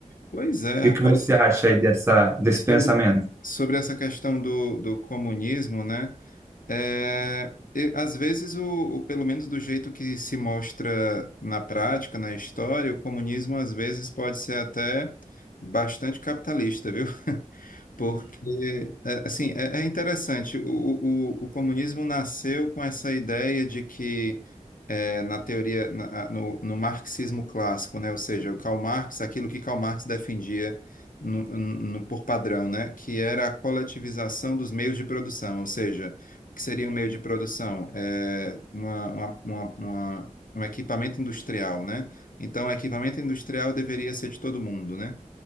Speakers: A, on the left (about 80°); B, on the right (about 20°).
A: Pois é,
B: que
A: rapaz,
B: que você acha aí dessa, desse
A: sobre,
B: pensamento?
A: sobre essa questão do, do comunismo, né? É, e, às vezes, o, o- pelo menos do jeito que se mostra na prática, na história, o comunismo às vezes pode ser até bastante capitalista, viu? Porque, é, assim, é, é interessante, o, o, o comunismo nasceu com essa ideia de que, é, na teoria, na- a- no, no marxismo clássico, né, ou seja, o Karl Marx, aquilo que Karl Marx defendia no, no- por padrão, né, que era a coletivização dos meios de produção, ou seja, o que seria um meio de produção? É uma, uma, uma, uma- um equipamento industrial, né? Então, o equipamento industrial deveria ser de todo mundo, né?